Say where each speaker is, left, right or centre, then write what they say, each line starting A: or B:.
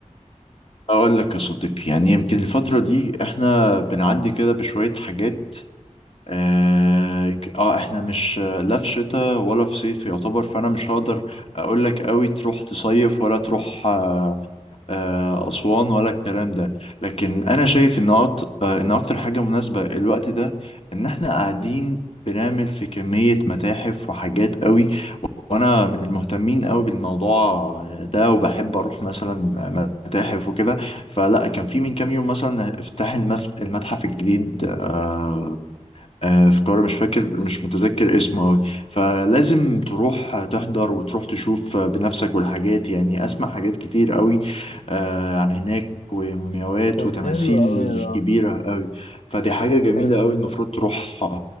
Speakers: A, on the left; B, on the left.
A: أقول لك يا صديقي يعني يمكن الفترة دي إحنا بنعدي كده بشوية حاجات آه, آه إحنا مش لا في شتاء ولا في صيف يعتبر فأنا مش هقدر أقول لك أوي تروح تصيف ولا تروح آه أسوان ولا الكلام ده لكن أنا شايف إن أكتر, آه إن أكتر حاجة مناسبة الوقت ده إن إحنا قاعدين بنعمل في كمية متاحف وحاجات قوي وانا من المهتمين قوي بالموضوع ده وبحب اروح مثلا متاحف وكده فلا كان في من كام يوم مثلا افتتاح المف- المتحف الجديد آه، آه، في القاهره مش فاكر مش متذكر اسمه قوي فلازم تروح تحضر وتروح تشوف بنفسك والحاجات يعني اسمع حاجات كتير قوي آه، عن هناك ومومياوات
B: طب
A: وتماثيل
B: حلو قوي ده
A: كبيرة قوي فدي حاجة جميلة
B: حلو
A: قوي المفروض تروح